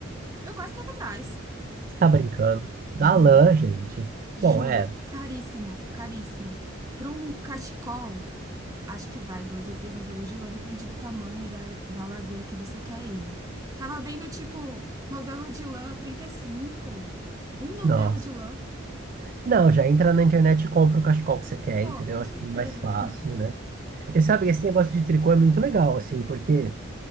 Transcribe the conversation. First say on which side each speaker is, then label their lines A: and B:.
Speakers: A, on the right (about 15°); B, on the right (about 40°).
A: Eu quase caí pra trás.
B: você tá brincando. Dá
A: Juro,
B: lã, gente.
A: juro.
B: Bom, é.
A: Caríssimo, caríssimo. Pra um cachecol, acho que vai dois ou três novelos de lã, depende do tamanho e da, da largura que você quer ele. Tava vendo, tipo, novelo de lã trinta e cinco Um novelo
B: Nossa.
A: de lã.
B: Não, já entra na internet e compra o cachecol que você quer,
A: Pô,
B: entendeu?
A: com
B: Acho
A: certeza.
B: que é mais fácil, né? E sabe, esse negócio de tricô é muito legal, assim, porque